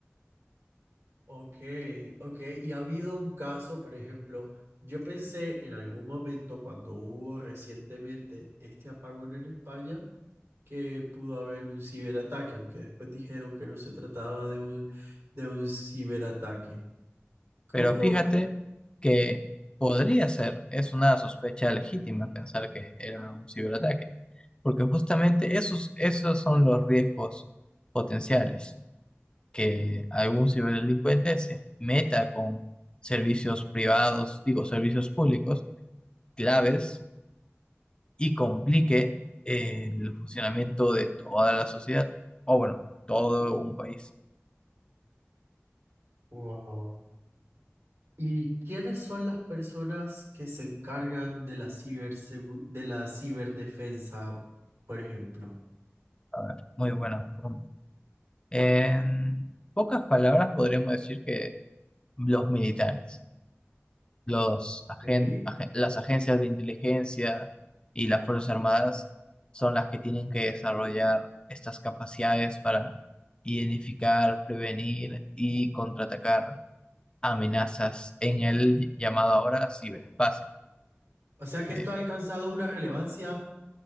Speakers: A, on the right; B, on the left.
A: ok, ok. Y ha habido un caso, por ejemplo, yo pensé en algún momento cuando hubo recientemente este apagón en España que pudo haber un ciberataque, aunque después dijeron que no se trataba de un, de un ciberataque. ¿Cómo?
B: Pero fíjate que podría ser, es una sospecha legítima pensar que era un ciberataque, porque justamente esos, esos son los riesgos potenciales, que algún ciberdelincuente se meta con servicios privados, digo, servicios públicos claves y complique el funcionamiento de toda la sociedad, o bueno, todo un país.
A: Wow. ¿Y quiénes son las personas que se encargan de la cibersegu- de la ciberdefensa, por ejemplo?
B: A ver, muy buena pregunta. En pocas palabras podríamos decir que los militares, los agen-
A: Ok.
B: agen- las agencias de inteligencia y las Fuerzas Armadas son las que tienen que desarrollar estas capacidades para identificar, prevenir y contraatacar amenazas en el llamado ahora ciberespacio.
A: O sea que
B: Eh,
A: esto ha alcanzado una relevancia